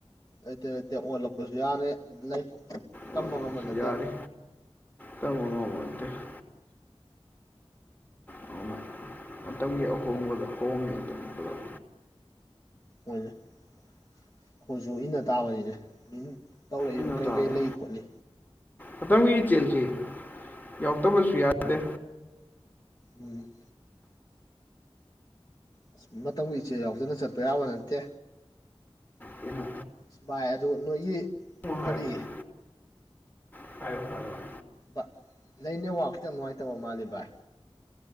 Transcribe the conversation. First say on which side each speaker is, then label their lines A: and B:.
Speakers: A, on the left; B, on the left.
A: ꯂꯩꯇ‌ꯦ ꯂꯩꯇꯦ ꯑꯣꯜꯂꯛꯄꯁꯨ ꯌꯥꯅ ꯂꯩ ꯇꯝꯕ
B: ꯑꯣꯟꯂꯛꯄꯁꯨ
A: ꯉꯝꯕ ꯅꯠꯇꯦ
B: ꯌꯥꯔꯤ <unintelligible> ꯃꯟꯗ‌ꯦ <unintelligible> ꯑꯗꯨꯅ ꯃꯇꯝꯒꯤ ꯑꯍꯣꯡꯕꯗꯣ ꯍꯣꯡꯉꯤꯉꯩꯗꯅ‌ꯦ ꯄꯨꯂꯞ
A: ꯍ‌ꯣꯏ ꯑꯩꯈ‌ꯣꯏꯁꯨ ꯏꯟꯅ ꯇꯥꯕꯅꯤꯅ‌ꯦ ꯃꯤꯟ ꯇꯧꯔꯛꯏꯕ
B: ꯏꯟꯅ
A: ꯀꯔꯤ
B: ꯇꯥꯕ
A: ꯀꯔꯤ ꯂꯩ ꯈꯣꯠꯂꯤ
B: ꯃꯇꯝꯒꯤ ꯏꯆ‌ꯦꯜꯁꯤ ꯌꯥꯎꯔꯛꯇꯕꯁꯨ ꯌꯥꯗꯦ
A: ꯎꯝ ꯑꯁ ꯃꯇꯝꯒꯤ ꯏꯆꯦꯜ ꯌꯥꯎꯗꯅ ꯆꯠꯄ ꯌꯥꯕ ꯅꯠꯇꯦ
B: ꯀꯩꯅꯣ
A: ꯑꯁ ꯚꯥꯏ ꯑꯗꯨ ꯅꯣꯏꯒꯤ
B: ꯍꯥꯏꯕꯗꯨꯗꯤ
A: ꯀꯔꯤ
B: <unintelligible>
A: ꯚ ꯂꯩ ꯅꯦꯠꯋꯥꯛ ꯈꯤꯇꯪ ꯅꯨꯡꯉꯥꯏꯇꯕ ꯃꯥꯜꯂ‌ꯦ ꯚꯥꯏ